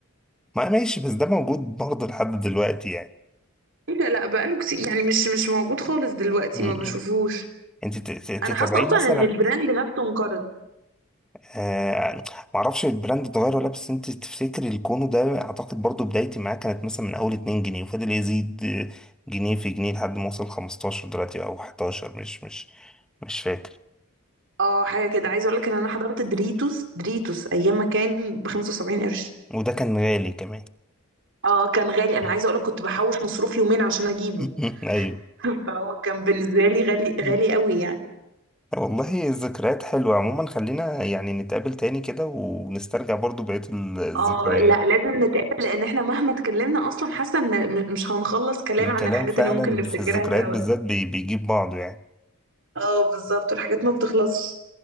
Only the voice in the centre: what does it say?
ما ماشي بس ده موجود برضه لحد دلوقتي يعني
م-
م. انت ت- ت-
تتابعين
مثلا
آه معرفش البراند اتغير ولا بس انت تفتكري الكونو ده اعتقد برضه بدايتي معاه كانت مثلا من اول 2 جنيه وفضل يزيد آه، جنيه في جنيه لحد ما وصل 15 دلوقتي او 11 مش مش مش فاكر
وده كان غالي كمان
م-
<laughs> م- ايوه
م.
والله الذكريات حلوة عموما خلينا يعني نتقابل تاني كده ونسترجع برضو بقية الذكريات
الكلام
فعلا
في الذكريات
بالذات بي- بيجيب بعضه يعني